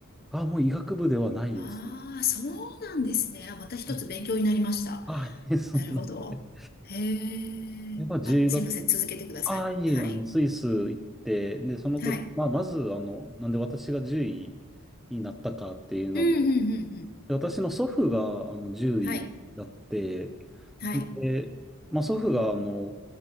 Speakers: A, in the centre; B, on the left.
A: あ、もう医学部ではないですね。
B: ああ、そうなんですね。あ、また一つ勉強になりました。
A: はい。あ、いえ、そんな。
B: なるほど。
A: <laughs> はい。
B: へ
A: え、
B: え。
A: まあ、自由学、
B: あ、すいません。続けてください。
A: あ、いえ、
B: はい。
A: あの、スイス行って、で、その時、
B: はい。
A: まあ、まず、あの、なんで私が獣医になったかっていうので、
B: うん、うん、うん、うん。
A: で私の祖父が、あの、獣医だって、
B: はい。はい。
A: で、まあ、祖父が、あの、